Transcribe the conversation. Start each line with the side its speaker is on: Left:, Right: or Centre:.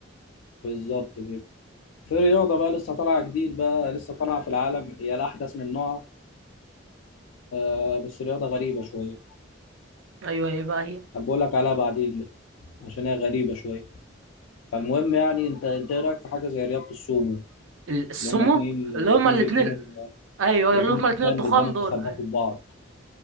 Left: بالظبط كده في رياضه بقى لسه طالعه جديد بقى لسه طالعه في العالم هي الاحدث من نوعها آه بس رياضه غريبه شويه
Right: ايوه ايه بقى هي
Left: هبقول لك عليها بعدين عشان هي غريبة شوية فالمهم يعني انت انت ايه رأيك في حاجة زي رياضة السومو
Right: السمو
Left: اللي هم اتنين
Right: اللي هما
Left: اتنين
Right: الاثنين
Left: بيدانهم
Right: ايوه
Left: اتنين
Right: اللي هما الاثنين
Left: تخان
Right: الضخام
Left: بيدانهم
Right: دول
Left: بيخبطوا
Right: أيوة.
Left: في بعض